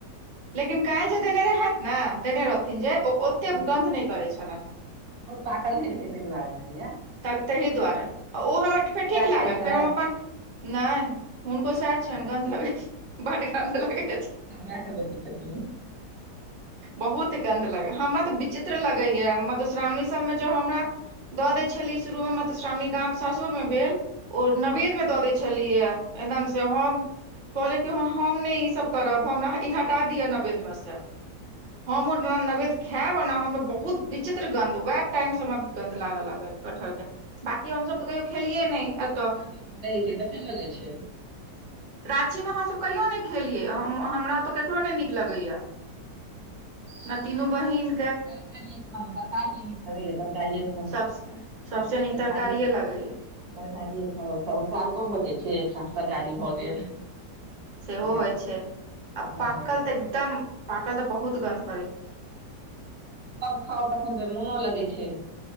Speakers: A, on the right; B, on the right.
A: लेकिन काल्हि जे देने रहथिन, जे ओ ओतेक
B: हँ
A: गन्ध नहि करै छलनि।
B: बहुत पागल नहि रहै तै दुआरे अनलियै य।
A: तऽ ताहि दुआरे ओ हमरा फेर ठीक लागल,
B: खाइ छै
A: फेर हम अपन। नहि, हुनको सएह
B: बिया
A: छनि, गन्ध लगै छै, बड़ गन्ध लगै छै।
B: चमराक बेटी छथिन।
A: बहुत गन्ध लगै हमरा तऽ विचित्र लगैए, मधुश्रावणी सभमे जँ हमरा। दऽ दै छली शुरूमे मधुश्रावणी, गाम-सासुरमे भेल। ओ नैवेद्यमे दऽ दै छलियै। एकदमसँ हम कहलियै कि हम नहि ई सभ करब, हमरा ई हटा दिअ नैवेद्यमे सँ। हम ओ नैवेद्य खायब आ ने हम बहुत। विचित्र गन्ध, वएह टाइमसँ हमरा कटहरके गन्ध लगऽ लागल। बाकी हम तऽ कहियो खेलियै नहि एतऽ।
B: बच्चा पेट मे रहै छै तखन लगै छै
A: राँचीमे हमसभ कहियो नहि खेलियै, हमरा तऽ ककरो नहि नीक लगैए। नहि, तीनू बहिन।
B: तरकारिए खाउ, तरकारी नीक लगैए, तरकारी खाउ,
A: सब सबसे
B: तरकारी
A: नीक तरकारिए
B: ह।
A: लगैया
B: तरकारिए खाउ तऽ उपकारको भऽ जाइ छै, एक साँझ तरकारिओ भऽ गेल।
A: सेहो
B: बुझलियै
A: होइ
B: तऽ
A: छै
B: सेहो
A: आ पागल
B: भऽ गेल
A: तऽ एकदम पागल, तऽ बहुत गन्ध करै।
B: सभ खाउ, तखन तऽ मोनो लगै छै।